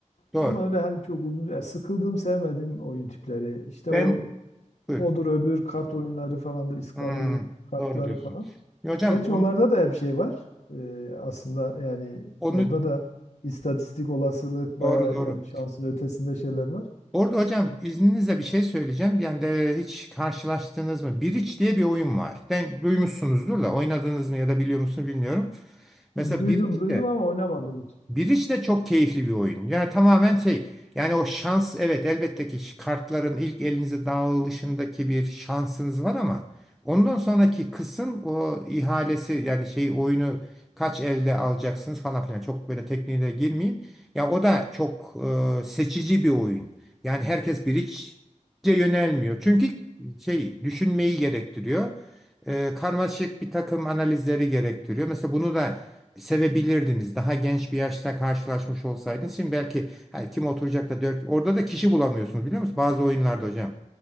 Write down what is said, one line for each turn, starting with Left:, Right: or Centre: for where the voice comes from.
Centre: Doğru.
Left: Ama öyle hani çok uzun, ya sıkıldım sevmedim oyun tipleri. İşte
Centre: Ben
Left: o
Centre: buyurun.
Left: odur öbür kart oyunları falandır, iskambil
Centre: Hı,
Left: kartları
Centre: doğru diyorsun.
Left: falan.
Centre: Ya hocam
Left: Gerçi
Centre: on-
Left: onlarda da hep şey var. Ee, aslında yani
Centre: onu
Left: orada da istatistik olasılık
Centre: doğru
Left: bayağı
Centre: doğru.
Left: yani şansın ötesinde şeyler var.
Centre: Orada hocam izninizle bir şey söyleyeceğim. Yani de hiç karşılaştınız mı? Biriç diye bir oyun var. Den, duymuşsunuzdur da oynadınız mı ya da biliyor musunuz bilmiyorum. Mesela
Left: Duydum
Centre: Biriç
Left: duydum ama oynamadım hiç.
Centre: Bridge de çok keyifli bir oyun. Yani tamamen şey yani o şans evet elbette ki kartların ilk elinize dağılışındaki bir şansınız var ama ondan sonraki kısım o ihalesi yani şey oyunu kaç elde alacaksınız falan filan çok böyle tekniğe girmeyeyim. Ya o da çok e, seçici bir oyun. Yani herkes Bridge'e yönelmiyor. Çünkü şey düşünmeyi gerektiriyor. E, karmaşık bir takım analizleri gerektiriyor. Mesela bunu da sevebilirdiniz. Daha genç bir yaşta karşılaşmış olsaydınız. Şimdi belki her kim oturacak da dört. Orada da kişi bulamıyorsunuz biliyor musunuz? Bazı oyunlarda hocam.